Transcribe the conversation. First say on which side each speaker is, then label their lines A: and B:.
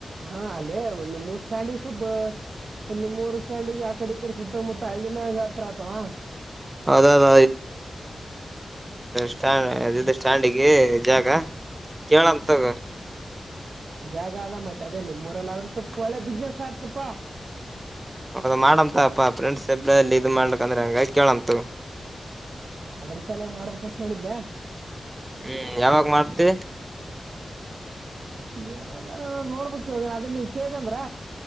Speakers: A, on the right; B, on the right.
A: ಹಾ ಅಲ್ಲೇ ಒಂದ ಮೂರ್ ಸ್ಟ್ಯಾಂಡಿಗೆ ಸವಬ ನಿಮ್ೂರು ಸ್ಟ್ಯಾಂಡ್ಿಗೆ ಆ ಕಡೆ ಈ ಕಡೆ ಸುತ್ತ ಮುತ್ತ ಹಳ್ಳಿನ ಹತ್ರ ಆತವಾ
B: ಹೌದೌದ ಸ್ಟದು ಸ್ಟ್ಯಾಂಡಿಗೆ ಜಾಗ ಕೇಳಂ ತಗ
A: ಜಾಗ ಅದ ಮತ್ತೆ ಅದೇ ನಿಮ್ಮ್ಊರಲ್ಲ ಆದ್ರೆ ಸ್ವಲ್ಪ ಒಳ್ಳೆ ಬಿಸ್ನೆಸ್ ಆಯತಪಾ
B: ಹೌದ ಮಾಡಂಂತಪ್ಪಾ ಫ್ರೆಂಡ್ಸ್ಬ ಮಾಡ್ಲಕ್ ಅಂದ್ರೆ ಹಂಗ ಕೇಳಂತ
A: ಅದ್ರ ಸಲಯ ಮಾಡ್ಬೇಕಂತ ಹೇಳಿದ್ದೆ
B: ಹ್ಮ್ ಯಾವಾಗ ಮಾಡ್ತಿ
A: ಯಾವಾಗ ನ ನೋಡ್ಬೇಕ ಇವ ಅದ ನೀವ್ ಕೇಳ್ದಂದ್ರ